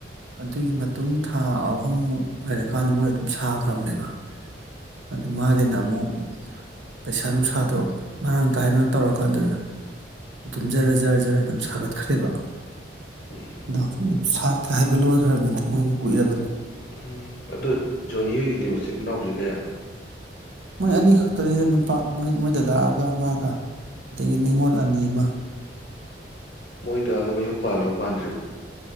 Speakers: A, on the right; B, on the left.
A: ꯑꯗꯨꯒꯤ ꯃꯇꯨꯡ ꯊꯥ ꯑꯍꯨꯝꯃꯨꯛ ꯂꯩꯔꯀꯥꯟꯗ ꯃꯣꯏ ꯑꯗꯨꯝ ꯁꯥꯈ꯭ꯔꯕꯅꯦꯕ ꯑꯗꯨ ꯃꯥꯒꯤꯅ ꯑꯃꯨꯛ ꯄꯩꯁꯥ ꯅꯨꯡꯁꯥꯗꯣ ꯃꯔꯥꯡ ꯀꯥꯏꯅ ꯇꯧꯔꯀꯥꯟꯗ ꯑꯗꯨꯝ ꯖꯔ ꯖꯔ ꯖꯔ ꯑꯗꯨꯝ ꯁꯥꯒꯠꯈ꯭ꯔꯦꯕ
B: ꯎꯝ
A: ꯗꯥꯎꯁꯨ ꯗꯨꯝ ꯁꯥꯠ ꯍꯥꯢꯕ ꯂꯣꯏꯈ꯭ꯔꯕꯅꯦ ꯃꯣꯏꯒꯤ ꯀꯨꯏꯔꯕꯅꯤ
B: ꯎꯝ ꯑꯗꯣ ꯖꯣꯅꯤ ꯍꯣꯏꯒꯤꯗꯤ ꯃꯆꯤꯟ ꯃꯅꯥꯎꯁꯦ ꯀꯌꯥꯅꯣ
A: ꯃꯣꯏ ꯑꯅꯤ ꯈꯛꯇꯅꯤꯗ ꯅꯨꯄꯥ ꯃꯣꯏ ꯃꯣꯏ ꯗꯗꯥꯥꯒ ꯃꯥꯒ ꯑꯗꯒꯤ
B: ꯑꯣ
A: ꯅꯤꯉꯣꯜ ꯑꯅꯤ ꯑꯃ
B: ꯃꯣꯏꯗ ꯗꯨ ꯃꯌꯨꯝ ꯄꯥꯂꯣ ꯄꯥꯟꯗ꯭ꯔꯤꯕꯣ